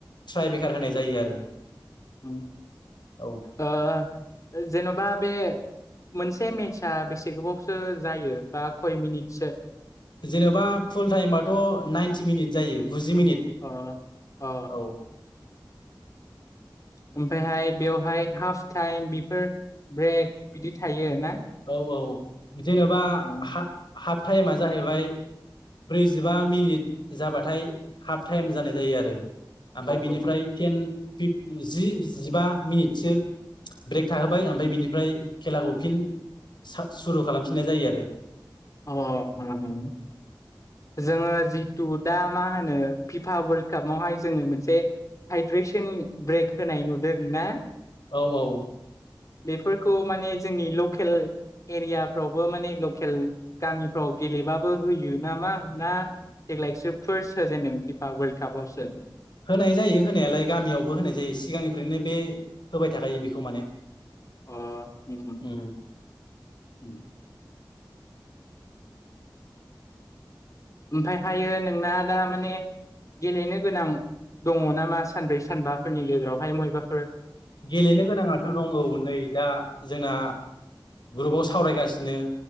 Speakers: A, on the left (about 70°); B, on the left (about 40°).
A: ट्राय बेखार होनाय जायो आरो।
B: अम
A: औ
B: ओ जेन'बा बे मोनसे मेटचआ बेसे गोबावसो जायो बा खय मिनिटसो?
A: जेनेबा फुल टाइबाथ' नाइनटि मिनिट जायो। गुजि मिनिट
B: अ अ
A: औ
B: ओमफ्रायहाय बेवहाय हाफ टाइम बेफोर ब्रेक बिदि थायो ना?
A: औ औ जेनेबा
B: अ
A: हा हाफ टाइमा जाहैबाय ब्रैजिबा मिनिट जाबाथाय हाफ टाइम जानाय जायो आरो। ओमफ्राय
B: अ
A: बिनिफ्राय टेन फिप जि जिबा मिनिटसो ब्रेक थाहोबाय ओमफ्राय बिनिफ्राय खेलाखौ फिन सा सुरु खालामफिननाय जायो आरो।
B: अ हम हम जोङो जितु दा मा होनो फिफा वर्ल्ड कापावहाय जोङो मोनसे हाइद्रेसन ब्रेक होनाय नुदों ना
A: औ औ
B: बेफोरखौ माने जोंनि लकेल एरियाफ्रावबो माने केल गामिफ्राव गेलेबाबो होयो नामा ना देग्लायसो फार्स्ट होजेनदों फिफा वर्ल्ड कापावसो
A: होनाय जायो होनायालाय गामियावबो होनाय जायो सिगांनिफ्रायनो बे होबाय थाखायो बेखौ माने
B: अ अम अम
A: उम
B: ओमफ्रायहायो नोंना दा माने गेलेनो गोनां दङ' नामा सानब्रै सानबाफोरनि गेजेरावहाय मबेबाफोर?
A: गेलेनो गोनाङाथ' दंगौ नै दा जोंना ग्रुबाव सावरायगासिनो।